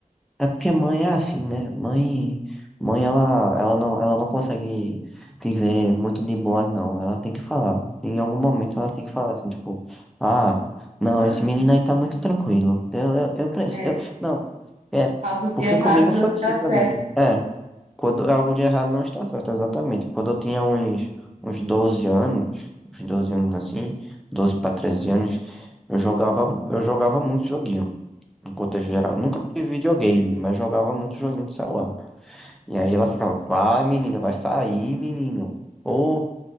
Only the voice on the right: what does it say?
<laughs>
Ah,
é.
Algo de
errado
não
está
certo.
Uhum.